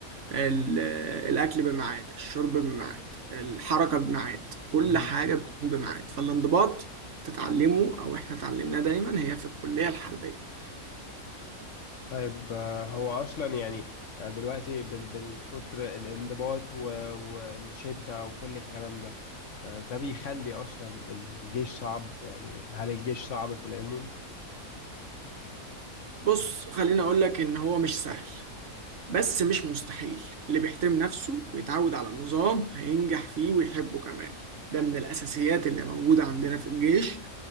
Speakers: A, on the right (about 60°); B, on the left (about 60°).
A: ال- الاكل بميعاد الشرب بميعاد الحركه بميعاد كل
B: مهم.
A: حاجه بتكون بميعاد فالانضباط تتعلمه او احنا اتعلمناه دايما هي في الكليه الحربيه
B: طيب آه، هو اصلا يعني آه، دلوقتي بال- بالكتر الانضباط و- والشده وكل الكلام ده آه، ده بيخلي اصلا الجيش صعب يعني هل الجيش صعب في العموم؟
A: بص خليني اقول لك ان هو مش سهل بس مش مستحيل اللي بيحترم نفسه ويتعود على النظام هينجح فيه ويحبه كمان ده من الأساسيات اللي موجودة عندنا في الجيش